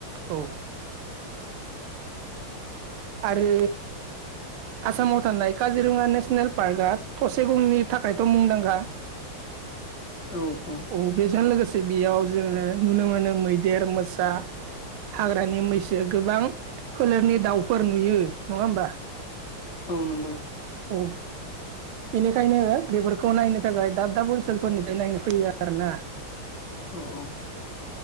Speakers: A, on the right; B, on the left.
A: औ। आरो आसामाव थानाय काजिरङा नेसनेल पार्कआ थसे गंनि थाखायथ' मुंदांखा।
B: औ औ
A: अ बेजों लोगोसे बेयाव जोङो नुनो मोनो मैदेर मोसा हाग्रानि मैसो गोबां फोलेरनि दाउफोर नुयो नङा होमबा?
B: औ नंगौ।
A: औ। बेनिखायनो बेफोरखौ नायनो थाखाय दाब दाब ओनसोलफोरनिफ्राय नायनो फैयो आरो ना।
B: औ औ।